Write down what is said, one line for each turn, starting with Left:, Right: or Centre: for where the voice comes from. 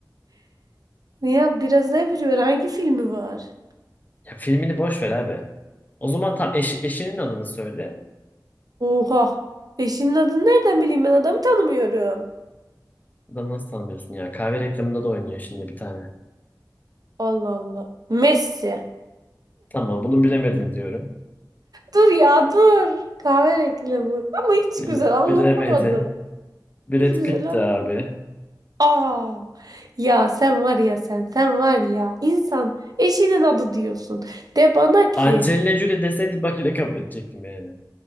Right: Ya biraz ne ipucu ver. Hangi filmi var?
Left: Ya filmini boş ver abi. O zaman tam eş, eşinin adını söyle.
Right: Oha. Eşinin adını nereden bileyim ben adamı tanımıyorum.
Left: Adamı nasıl tanımıyorsun ya? Kahve reklamında da oynuyor şimdi bir tane.
Right: Allah Allah. Messi.
Left: Tamam bunu bilemedin diyorum.
Right: Dur ya dur. Kahve reklamı. Ama hiç
Left: Bile-
Right: güzel anlatamadım.
Left: bilemedin. Brad
Right: Hiç güzel
Left: Pitt
Right: anlamadım.
Left: de abi.
Right: Aa, ya sen var ya sen sen var ya insan eşinin adı diyorsun. De bana ki
Left: Angelina Jolie deseydi bak yine kabul edecektim yani.